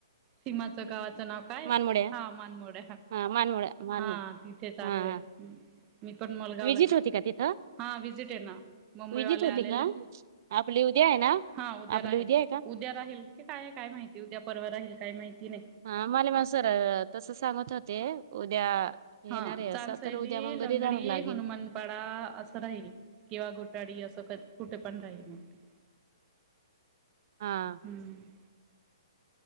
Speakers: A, on the right; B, on the right.
A: सीमाच गावात नाव काय
B: मानमोड्या
A: हा मानमोड
B: हा मानमोड्या मानमोड
A: हा तिथे चालू
B: हा
A: आहे मी पण मलगावला
B: विजिट होती का तिथं
A: हा विजिट आहे ना मुंबईवाले
B: विजिट होती
A: आलेले
B: का आपली उद्या आहे ना
A: हा उद्या
B: आपली
A: राहील
B: आहे का
A: उद्या राहील काय काय माहिती उद्या परवा राहील काय माहिती नाही
B: हा मला सरळ तसं सांगत होते उद्या
A: हा
B: येणार आहे असं
A: चांदशैली
B: तर उद्या मग
A: लंगडी
B: घरी राहावं लागेल
A: हनुमानपाडा असं राहील किंवा घोटाडी असं <inaudible> कुठे पण राहील मग ते
B: हा
A: हम्म